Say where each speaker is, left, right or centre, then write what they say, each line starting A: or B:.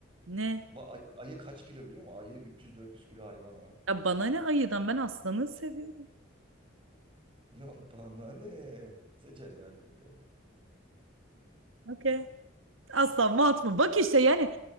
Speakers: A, on the right; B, on the right.
A: Ne?
B: Ba ayı, ayı kaç kilo biliyor musun? Ayı 300-400 kilo hayvan ha.
A: Ya bana ne ayıdan ben aslanı seviyorum.
B: Ya bana ne? Seç hadi hadi bakalım.
A: Okey. Aslan mı at mı? Bak işte yani